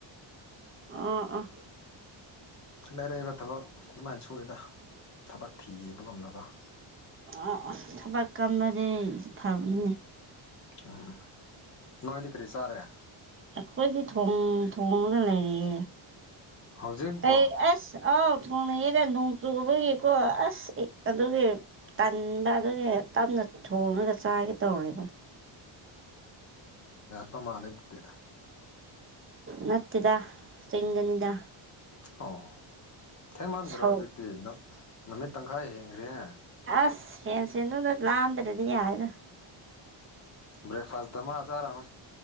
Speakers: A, on the right; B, on the left.
A: ꯑꫭ ꯑꫭ
B: ꯂꯩꯂꯩꯕ ꯊꯕꯛ ꯑꯗꯨꯃꯥꯏꯅ ꯁꯨꯔꯦꯗ ꯊꯕꯛ ꯊꯤꯕ ꯒꯨꯝꯅꯀꫭ
A: ꯑꯥ ꯑꯥ ꯊꯕꯛ ꯀꯟꯕꯗꯤ ꯐꯕꯅꯦ
B: ꯑꯍ ꯅꯣꯏꯗꯤ ꯀꯔꯤ ꯆꯥꯔꯦ
A: ꯑꯩꯈꯣꯏꯗꯤ ꯊ‌ꯣꯡ ꯊꯣꯡꯉꯒ ꯂꯩꯔꯤꯌꯦ
B: ꯍꯧꯖꯤꯛꯕꯣ
A: ꯑꯩ ꯑꯁ ꯑꯥꯎ ꯊ‌ꯣꯡꯅꯩꯑꯦꯗ ꯅꯣꯡ ꯆꯨꯕꯒꯤꯀꯣ ꯑꯁ ꯑꯩ ꯑꯗꯨꯒꯤ ꯇꯟꯕ ꯑꯗꯨꯒꯤ ꯇꯞꯅ ꯊꯣꯡꯉꯒ ꯆꯥꯒꯦ ꯇꯧꯔꯤꯕ
B: ꯑ ꯃꯥꯥꯜꯂꯦ ꯗꯨꯗꯤ
A: ꯅꯠꯇꯦꯗ ꯆꯤꯡꯗꯅꯤꯗ
B: ꯑꯣ ꯊꯦꯡꯃꯟꯗ꯭ꯔꯣ
A: ꯁꯧ
B: ꯍꯧꯖꯤꯛꯇꯤ ꯅꯨ ꯅꯨꯃꯤꯠ ꯇꯪꯈꯥꯏ ꯍꯦꯟꯈ꯭ꯔꯦꯅ
A: ꯑꯁ ꯁꯦꯟ ꯁꯦꯟꯗꯨꯗ ꯂꯥꯟꯗ꯭ꯔꯗꯤ ꯌꯥꯏꯗ
B: ꯕꯔꯦꯛꯐꯥꯁ ꯗꯃꯥ ꯆꯥꯝꯔꯝ